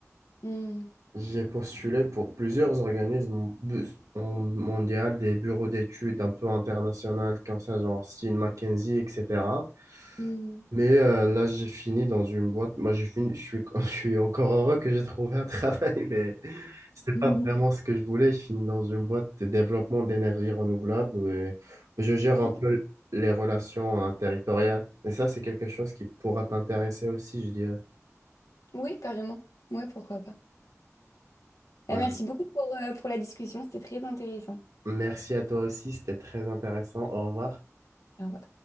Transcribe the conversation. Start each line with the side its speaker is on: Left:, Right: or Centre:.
Left: Mhm.
Right: J'ai postulé pour plusieurs organismes bu- en mondial, des bureaux d'études un peu internationales, comme ça, genre style McKinsey, etc.
Left: Mhm.
Right: Mais euh, là, j'ai fini dans une boîte. Moi, j'ai fini, je suis, <laughs> je suis encore heureux que j'ai trouvé un travail, <laughs> mais c'était pas
Left: <laughs>
Right: vraiment ce que je voulais. Je finis dans une boîte de développement d'énergie renouvelable où, euh, je gère
Left: Ok.
Right: un peu les relations euh, territoriales. Et ça, c'est quelque chose qui pourra t'intéresser aussi, je dirais.
Left: Oui, carrément. Ouais, pourquoi pas.
Right: Ouais.
Left: Bah, merci beaucoup pour, euh, pour la discussion, c'était très intéressant.
Right: Merci à toi aussi, c'était très intéressant. Au revoir.
Left: Au revoir.